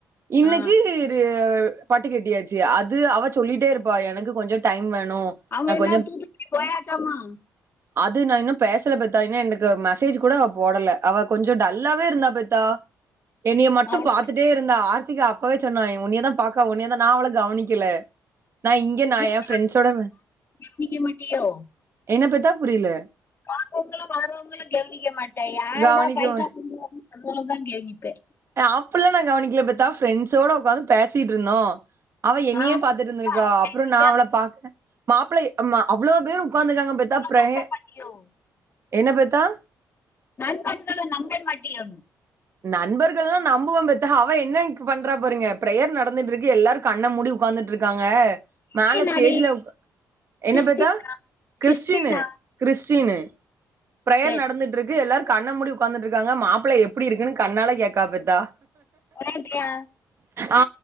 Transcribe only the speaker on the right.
இன்னக்கி
இது பட்டு கெட்டியாச்சு அது அவ சொல்லிட்டே இருப்பா எனக்கு கொஞ்சோ டைம் வேணு
நா
கொஞ்சோ
அது நா இன்னு பேசல பெத்தா இன்னு எனக்கு மெசேஜ் கூட அவ போடல அவ கொஞ்சோ டல்லாவே இருந்தா பெத்தா என்னிய மட்டு
பாத்துட்டே இருந்தா ஆர்த்திகா அப்பவே சொன்னா உன்னியேதா பாக்கா உன்னியேதா நா அவள கவனிக்கல நா இங்க நா
என் ஃப்ரெண்ஸ்ஸோட
என்ன பெத்தா புரியல
கவனிக்க
ஆ அப்டில்லா நா கவனிக்கல பெத்தா ஃப்ரெண்ட்ஸோட உக்காந்து பேசிட்ருந்தோ அவ என்னையே
பாத்துட்டு இருந்துருக்கா
அப்றோ
நா அவள பாக்க மாப்பிள்ள ஆமா அவ்ளோ பேர் உக்காந்ருக்காங்க பெத்தா பிரய
என்ன பெத்தா
நண்பர்கள்லா நம்புவ பெத்தா அவ என்ன என்க்கு பண்றா பாருங்க ப்ரேயர் நடந்துட்டு இருக்கு எல்லாருக் கண்ண மூடி உக்காந்துட் இருக்காங்க மேல
ஸ்டேஜ்ல என்ன
பெத்தா கிறிஸ்டினு
கிறிஸ்டினு பிரேயர்
நடந்துட் இருக்கு எல்லாரு கண்ண மூடி உக்காந்துட் இருக்காங்க மாப்பிள்ள எப்டி இருக்குனு கண்ணால கேக்கா பெத்தா
ஆ